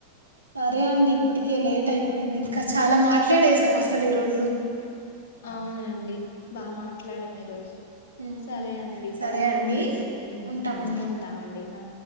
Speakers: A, on the right; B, on the left.
A: సరే అండి ఇప్పటికే లేట్ అయిపోయింది ఇంకా చాలా మాట్లాడేసాం అసలు ఈరోజు
B: అవునండి బా మాట్లాడము ఈరోజు
A: ఉమ్,
B: సరే అండి
A: సరే
B: పడుకోండి
A: అండి
B: ఉ
A: ఉంటామండి
B: ఉంటామండి ఆ